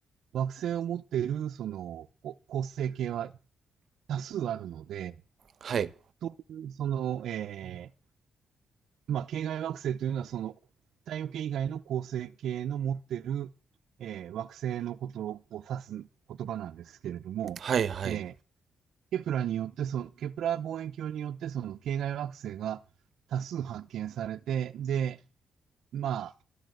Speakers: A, on the right (about 80°); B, on the right (about 55°).
A: 惑星を持っているその、こ恒星系は多数あるので、
B: はい。
A: そういうその、えーまあ、系外惑星というのはその、太陽系以外の恒星系の持っている、えー惑星のことを指す言葉なんですけれども、
B: はい、はい。
A: えーケプラによってその、ケプラ望遠鏡によってその系外惑星が多数発見されて、で、まあ、